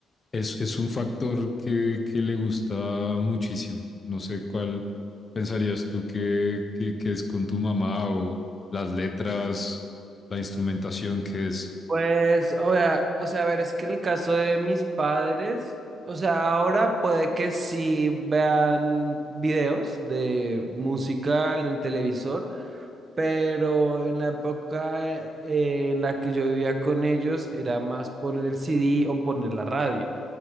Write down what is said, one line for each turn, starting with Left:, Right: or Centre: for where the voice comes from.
Left: es, es un factor que, que le gusta muchísimo. No sé cuál pensarías tú que, que, que es con tu mamá o las letras, la instrumentación que es.
Right: Pues, o sea, o sea, a ver, es que en el caso de mis padres, o sea, ahora puede que sí vean videos de música en el televisor, pero en la época eh, en la que yo vivía con ellos era más poner el CD o poner la radio.